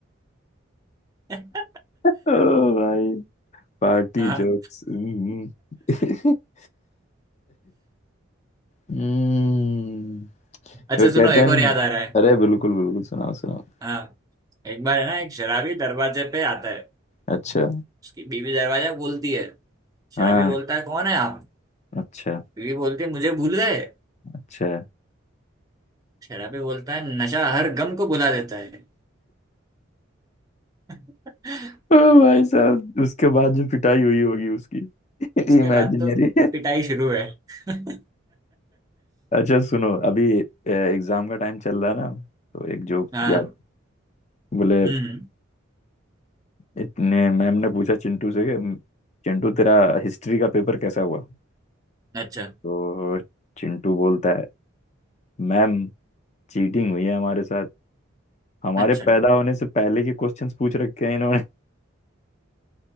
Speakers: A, on the right (about 20°); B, on the left (about 35°).
A: <laughs>
B: ओ भाई पार्टी
A: हाँ
B: जोक्स <laughs> हम्म वो
A: अच्छा
B: फिर कहते
A: सुनो एक
B: हैं सुना
A: और याद
B: ना
A: आ रहा है
B: अरे बिल्कुल बिल्कुल सुनाओ सुनाओ
A: हाँ एक बार है ना एक शराबी दरवाजे पे आता है
B: अच्छा
A: उसकी बीवी दरवाजा खोलती है
B: हाँ
A: शराबी बोलता है कौन है आप
B: अच्छा
A: बीवी बोलती है मुझे भूल गए
B: अच्छा
A: शराबी बोलता है नशा हर गम को भुला देता है <laughs>
B: ओ भाई साहब उसके बाद जो पिटाई हुई होगी उसकी <laughs>
A: उसके
B: इमेजिनरी
A: बाद तो पिटाई शुरू है <laughs>
B: अच्छा सुनो अभी एग्जाम का टाइम चल रहा है ना तो एक जोक
A: हाँ
B: याद बोले
A: हम्म हम्म,
B: इतने मैम ने पूछा चिंटू से कि चिंटू तेरा हिस्ट्री का पेपर कैसा हुआ
A: अच्छा
B: तो चिंटू बोलता है मैम चीटिंग हुई है हमारे साथ हमारे
A: अच्छा
B: पैदा
A: <laughs>
B: होने से पहले के क्वेश्चंस पूछ रखे हैं इन्होंने